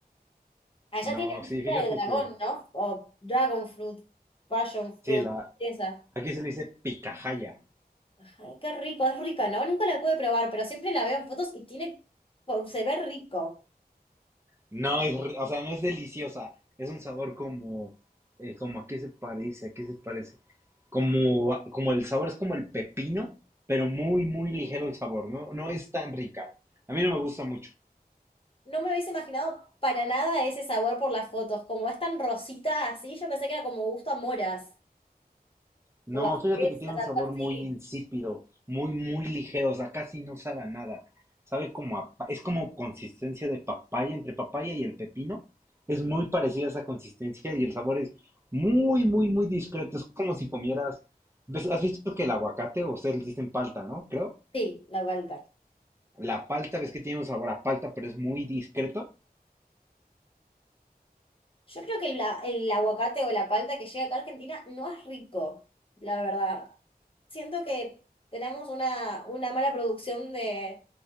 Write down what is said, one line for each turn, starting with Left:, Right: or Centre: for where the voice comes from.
Left: Allá
Right: No,
Left: tiene fruta
Right: sí, fíjate
Left: de dragón,
Right: que,
Left: ¿no? O dragon fruit, passion fruit,
Right: sí, la,
Left: esa.
Right: aquí se le dice picajaya.
Left: Ay, qué rico, es rica, ¿no? Nunca la pude probar, pero siempre la veo en fotos y tiene, oh, se ve rico.
Right: No, es, r- o sea, no es deliciosa. Es un sabor como, eh, como a qué se parece, a qué se parece. Como, a- como el sabor es como el pepino, pero muy, muy ligero el sabor. No, no es tan rica. A mí no me gusta mucho.
Left: No me hubiese imaginado para nada ese sabor por las fotos. Como es tan rosita así, yo pensé que era como gusto a moras
Right: No,
Left: o a
Right: fíjate
Left: fresas,
Right: que tiene un
Left: algo
Right: sabor
Left: así.
Right: muy insípido, muy, muy ligero, o sea, casi no sabe a nada. Sabe como a, pa- es como consistencia de papaya, entre papaya y el pepino. Es muy parecida a esa consistencia y el sabor es muy, muy, muy discreto. Es como si comieras, ¿ves? ¿Has visto que el aguacate, o ustedes le dicen palta, ¿no? Creo.
Left: Sí, la vuelta.
Right: La palta, ves que tiene un sabor a palta, pero es muy discreto.
Left: Yo creo que el, bla- el aguacate o la palta que llega acá a Argentina no es rico, la verdad. Siento que tenemos una, una mala producción de,